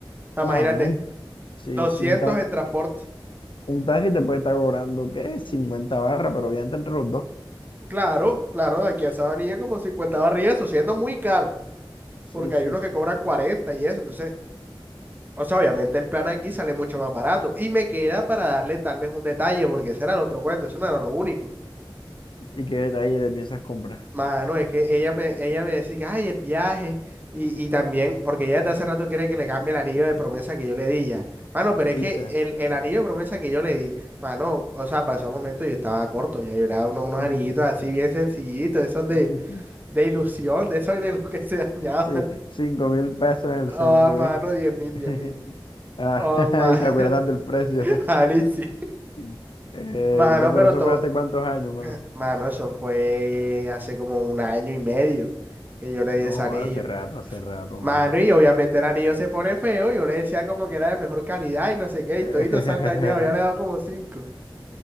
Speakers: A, on the right; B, on the left.
A: Ah,
B: Mano,
A: Imagínate,
B: un- sí,
A: 200
B: sí, un taxi,
A: en transporte.
B: un taxi te puede estar cobrando, ¿qué? cincuenta barras, pero obviamente entre los dos.
A: Claro, claro, de aquí a Sabanilla como 50 barras y eso, siendo muy caro,
B: Sí,
A: porque
B: sí,
A: hay unos
B: sí.
A: que cobran 40 y eso, entonces... O sea, obviamente el plan aquí sale mucho más barato. Y me queda para darle tal vez un detalle, porque ese era el otro cuento, eso no era lo único.
B: ¿Y qué detalle le piensas comprar?
A: Mano, es que ella me, ella me decía que, ay, el viaje. Y, y también, porque ella desde hace rato quiere que le cambie el anillo de promesa que yo le di ya. Mano, pero
B: Sí,
A: es que
B: sí.
A: el, el anillo de promesa que yo le di, mano, o sea, pasó un momento y yo estaba corto, ya yo le daba uno- unos,
B: Ujú.
A: anillitos así bien sencillitos, esos
B: <laughs>
A: de, de ilusión, de esos de los que se dañaban.
B: Sí,
A: <laughs>
B: cinco mil pesos en el
A: Oh,
B: centro,
A: mano,
B: ¿bien?
A: diez mil,
B: <laughs>
A: diez mil.
B: Ah,
A: Oh,
B: <laughs> Ay,
A: man,
B: ¿te acuerdas del precio?
A: <laughs> Ani, sí.
B: <laughs> Eh,
A: Mano,
B: ¿verdad?
A: pero
B: pero eso
A: todo,
B: fue hace cuántos años, mano.
A: mano, eso fue hace como un año y medio que yo le
B: No,
A: di ese anillo.
B: hace rato, hace rato, mano.
A: Mano, y obviamente el anillo se pone feo, yo le decía como que era de mejor calidad y no sé qué, y
B: <laughs>
A: toditos se han dañado, ya le he dado como cinco.